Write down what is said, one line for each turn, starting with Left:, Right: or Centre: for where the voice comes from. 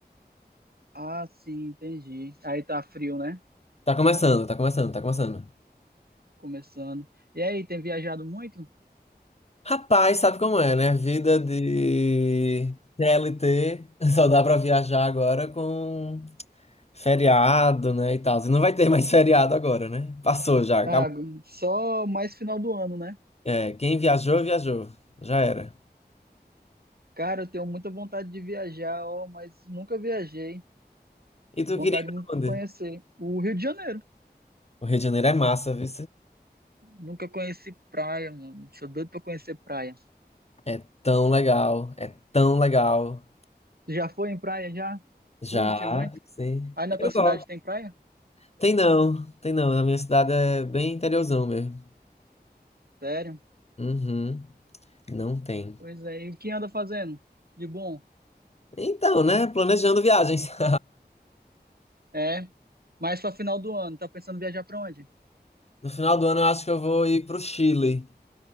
Right: Ah, sim, entendi. Aí tá frio, né?
Left: Tá começando, tá começando, tá começando.
Right: Começando. E aí, tem viajado muito?
Left: Rapaz, sabe como é, né? Vida de CLT. <laughs> Só dá pra viajar agora com feriado, né? E tal. E não vai ter mais feriado agora, né? Passou já, acabou.
Right: Ah, só mais final do ano, né?
Left: É, quem viajou, viajou. Já era.
Right: Cara, eu tenho muita vontade de viajar, ó, mas nunca viajei.
Left: E tu
Right: Vontade
Left: queria ir pra
Right: muito de
Left: onde?
Right: conhecer o Rio de Janeiro.
Left: O Rio de Janeiro é massa, viu?
Right: Nunca conheci praia, mano. Sou doido pra conhecer praia.
Left: É tão legal, é tão legal.
Right: Já foi em praia já?
Left: Já,
Right: Curte muito?
Left: sim.
Right: Aí na
Left: Eu
Right: tua cidade
Left: gosto.
Right: tem praia?
Left: Tem não, tem não. Na minha cidade é bem interiorzão mesmo.
Right: Sério?
Left: Uhum, não tem.
Right: Pois é. E quem anda fazendo? De bom?
Left: Então, né? Planejando viagens. <laughs>
Right: É. Mas pra final do ano, tá pensando em viajar pra onde?
Left: No final do ano eu acho que eu vou ir pro Chile.